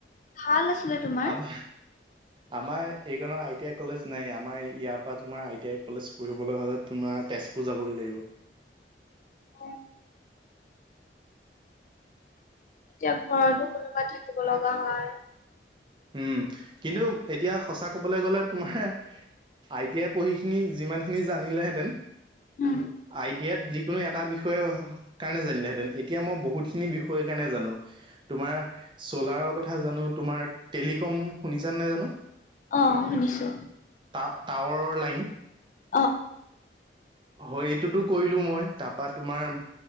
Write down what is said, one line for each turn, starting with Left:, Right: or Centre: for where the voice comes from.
Left: ভাল আছিলে তোমাৰ।
Right: আমাৰ আমাৰ এইকনৰ আই টি আই কলেজ নাইয়ে আমাৰ ইয়া পা তোমাৰ আই টি আই কলেজ পঢ়িবলৈ হ'লেত তোমাৰ তেজপুৰ যাবগে লাগিব।
Left: হয়। এতিয়া ঘৰতো কোনোবা থাকিব লগা হয়।
Right: উম, কিন্তু এতিয়া সঁচা ক'বলে গ'লে তোমাৰ আই টি আই পঢ়িখিনি যিমানখিনি জানিলেহেঁতেন
Left: উম,
Right: আই টি আইত যি কোনো এটা বিষয় হ কাৰণে জানিলেহেঁতেন, এতিয়া মই বহুতখিনি বিষয় কাৰণে জানো। তোমাৰ চলাৰৰ কথা জানো, তোমাৰ টেলিকম শুনিছানে নাই জানো?
Left: অ, শুনিছো।
Right: টা-টাৱাৰৰ লাইন।
Left: অ',
Right: হয় এইটোতো কৰিলো মই তাপা তোমাৰ